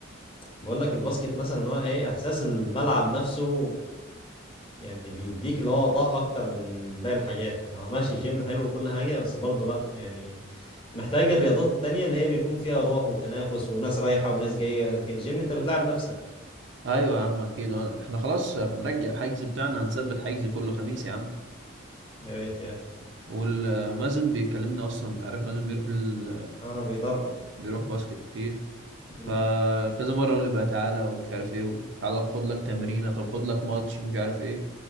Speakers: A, on the left; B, on the right.
A: بقول لك الباسكت مثلا ان هو ايه احساس الملعب نفسه يعني بيديك اللي هو طاقه اكتر من باقي الحاجات يعني هو ماشي جيم حلو وكل حاجه بس برضه لا يعني محتاج الرياضات التانية اللي هي بيكون فيها روح وتنافس وناس رايحه وناس جايه لكن الجيم انت بتلعب نفسك
B: ايوه يا عم اكيد وأنا- احنا خلاص هنرجع الحجز بتاعنا هنثبت حجز كل خميس يا عم
A: يا ريت يا اخي
B: والمازن بيكلمني اصلا انت عارف مازن بيروح ال...
A: اه بيضر
B: بيروح باسكت كتير
A: مم.
B: فكذا مره يقول لي بقى تعالى ومش عارف ايه تعالى خد لك تمرينه طب خد لك ماتش مش عارف ايه